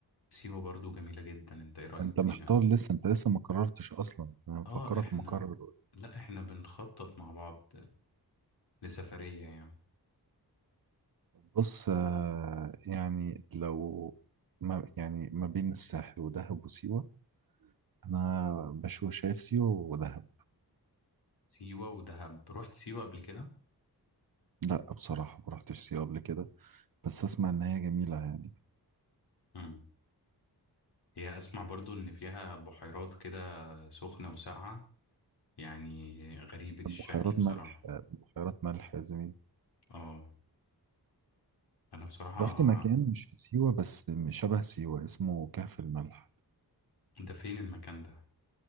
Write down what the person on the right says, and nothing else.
انت
محتار لسه انت لسه ما قررتش اصلا انا مفكرك
مقرر
بص آه، يعني لو ما يعني ما بين الساحل ودهب وسيوة أنا بشوف شايف سيوة ودهب
لا بصراحة ما رحتش سيوة قبل كده بس أسمع إن هي جميلة يعني
بحيرات
ملح آه، بحيرات ملح يا زميلي
رحت مكان مش في سيوة بس شبه سيوة اسمه كهف الملح